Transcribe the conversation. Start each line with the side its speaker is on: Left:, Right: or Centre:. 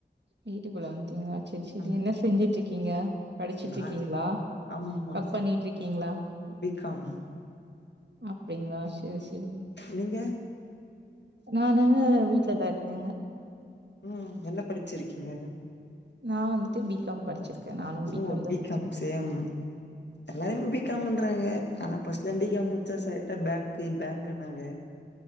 Right: வீட்டுகுள்ள வன்ட்டீங்ளா சேர் சேரி
Left: ம்
Right: என்ன செஞ்சுட்ருக்கீங்க படிச்சுட்ருக்கீங்ளா
Left: நா ஆமா ஆமா
Right: ஒர்க் பண்ணிட்ருக்கீங்ளா
Left: பி காம்
Right: அப்டிங்ளா செரி செரிங்க
Left: நீங்க
Right: நானு வீட்லதா இருக்கேங்க
Left: ம் என்ன படிச்சிருக்கீங்க
Right: நா வந்துட்டு பிகாம் படிச்சிருக்கே நானு பிகாம்
Left: ஓ பி
Right: தா படிச்சிருக்க
Left: காம் சேம் எல்லாருமே பி காம் பண்றாங்க ஆனா ஃபர்ஸ்ட்லா பி காம் முடிச்சா ஸ்டெய்ட்டா பேங்கு பேங்குனாங்க <unintelligible>